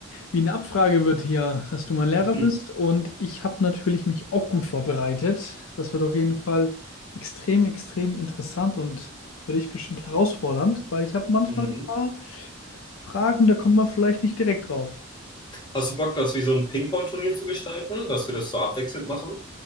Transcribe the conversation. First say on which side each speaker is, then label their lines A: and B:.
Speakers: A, on the left; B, on the left.
A: wie eine Abfrage wird hier, dass du mein Lehrer
B: <laughs>
A: bist. Und ich habe natürlich mich auch gut vorbereitet. Das wird auf jeden Fall extrem, extrem interessant und für dich bestimmt herausfordernd, weil ich habe manchmal
B: Mhm.
A: ein paar Fragen, da kommt man vielleicht nicht direkt drauf.
B: Hast du Bock, das wie so ein Ping-Pong-Turnier zu gestalten, dass wir das so abwechselnd machen?